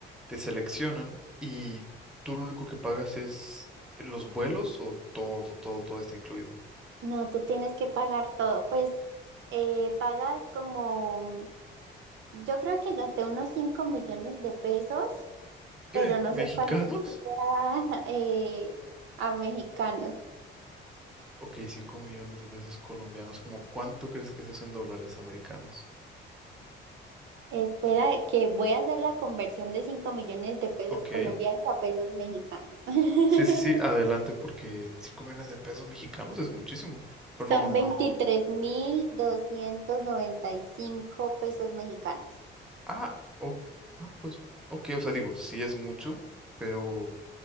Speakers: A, in the centre; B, on the right.
A: te seleccionan y tú lo único que pagas es los vuelos o todo, todo, todo está incluido.
B: No, tú tienes que pagar todo. Pues eh, pagas como, yo creo que gasté unos 5 millones de pesos,
A: ¿Qué?
B: pero no
A: ¿Mexicanos?
B: sé cuánto sea <laughs> eh, a mexicanos.
A: Ok, cinco millones de pesos colombianos. ¿Cómo cuánto crees que es eso en dólares americanos?
B: Espera, que voy a hacer la conversión de cinco millones de pesos
A: Ok.
B: colombianos a pesos mexicanos. <laughs>
A: Sí, sí, sí, adelante, porque 5 millones de pesos mexicanos es muchísimo. Pero no,
B: Son
A: no,
B: 23.295
A: no.
B: pesos mexicanos.
A: Ah, o- ah, pues, ok, o sea, digo, sí es mucho, pero